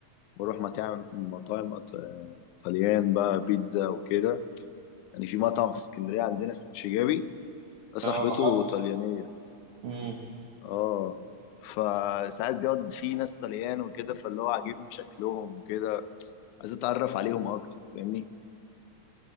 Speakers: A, on the left; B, on the right.
A: واروح مطاعم مطاعم أط- طليان بقى بيتزا وكده يعني في مطعم في اسكندريه عندنا اسمه شيجابي ده صاحبته
B: اه عارف
A: طليانيه
B: مم.
A: اه فساعات بيقعد فيه ناس طليان وكده فاللي هو عاجبني شكلهم وكده عايز اتعرف عليهم اكتر فاهمني